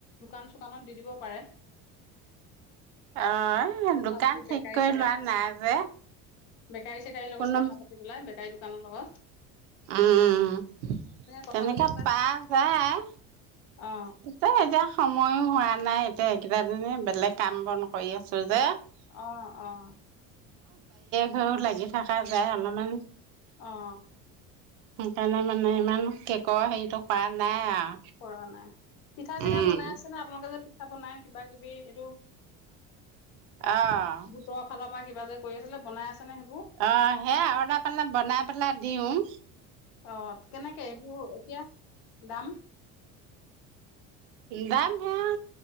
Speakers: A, on the left (about 70°); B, on the right (about 80°).
A: দোকান চোকানত দি দিব পাৰে
B: অহ
A: কথা
B: দোকান
A: পাতি
B: ঠিক
A: বেকাৰী
B: কৰি
A: চেকাৰী
B: লোৱা নাই যে
A: বেকাৰী চেকাৰীৰ লগত
B: কোনো
A: কথা পাতিবলৈ দোকানৰ লগত
B: উম
A: কথা
B: তেনেকে
A: পাতি পেলাই
B: পা যায়
A: অ
B: তেতিয়া এতিয়া সময়ো হোৱা নাই এতিয়া এইকেইটা দিন বেলেগ কাম বন কৰি আছো যে
A: অহ অহ
B: ঘৰত লাগি থকা যায় অলপমান।
A: অহ
B: সেইকাৰণে মানে ইমান কেকৰ হেৰিতটো কৰা নাই আৰু
A: কৰা নাই পিঠা চিঠা
B: উম
A: বনাই আছে নে আপোনালোকে যে পিঠা বনাই কিবা কিবি এইটো।
B: অ',
A: গোটৰ ফালৰ পৰা কিবা যে কৰি আছিলে বনাই আছে নে সেইবোৰ?
B: অহ সেয়াই অৰ্ডাৰ পালে বনাই পেলাই দিও উ
A: অহ কেনেকে এইবোৰ এতিয়া দাম
B: দাম হে